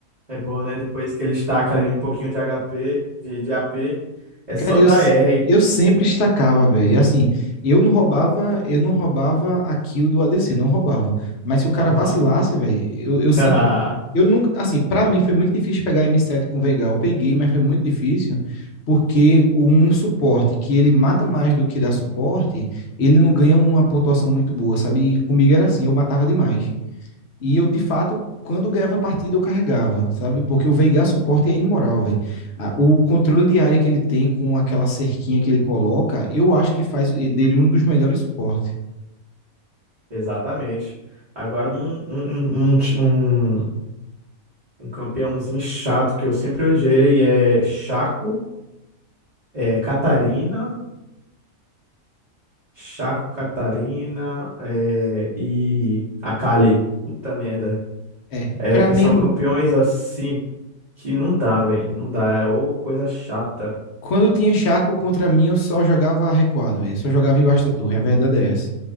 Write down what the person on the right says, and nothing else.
é bom, né? Depois que ele estaca ali um pouquinho de HP, de, de AP, é só
dar
R.
Aham.
<laughs>
Exatamente. Agora, um, um, um, um, ti- um- um campeãozinho chato que eu sempre odiei aí é Chaco, é, Catarina, Chaco, Catarina é, e Akali. Puta merda.
É,
é, são campeões assim que não dá, velho. Não dá, é ô coisa chata.